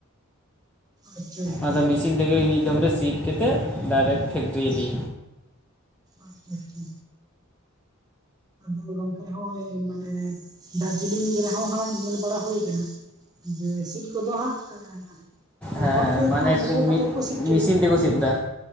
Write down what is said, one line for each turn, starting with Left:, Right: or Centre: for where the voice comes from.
Right: ᱟᱪᱪᱷᱟ ᱟᱪᱪᱷᱟ
Centre: ᱟᱫᱚ
Right: ᱟᱪᱪᱷᱟ
Centre: ᱢᱤᱥᱤᱱ ᱛᱮᱜᱮ ᱢᱤᱫ ᱫᱚᱢ ᱨᱮ ᱥᱤᱫ ᱠᱮᱛᱮᱫ ᱰᱟᱭᱨᱮᱠᱴ ᱯᱷᱮᱠᱴᱨᱤ ᱤᱫᱤ᱾
Right: ᱟᱪᱪᱷᱟ ᱟᱪᱪᱷᱟ ᱟᱫᱚ ᱜᱚᱝᱠᱮ ᱦᱚᱭ ᱢᱟᱱᱮ ᱫᱟᱨᱡᱤᱞᱤᱝ ᱨᱮᱦᱚᱸ ᱦᱟᱸᱜ ᱧᱮᱞ ᱵᱟᱲᱟ ᱦᱩᱭ ᱠᱟᱱᱟ ᱡᱮ ᱥᱤᱴ ᱠᱚᱫᱚ ᱦᱟᱸᱜ ᱮᱸ ᱢᱟᱱᱮ
Centre: ᱦᱮᱸ
Right: ᱦᱚᱲ
Centre: ᱦᱮᱸ
Right: ᱛᱮᱜᱮ
Centre: ᱢᱟᱱᱮ
Right: ᱠᱚ ᱢᱩᱞᱤᱭᱟᱹ ᱠᱟᱛᱮ
Centre: ᱢᱤᱫ
Right: ᱜᱮᱠᱚ ᱥᱤᱜ ᱪᱚᱭᱮᱫ
Centre: ᱢᱮᱥᱤᱱ
Right: ᱠᱚ ᱛᱟᱦᱮᱸᱫ
Centre: ᱛᱮᱠᱚ ᱥᱤᱫ ᱮᱫᱟ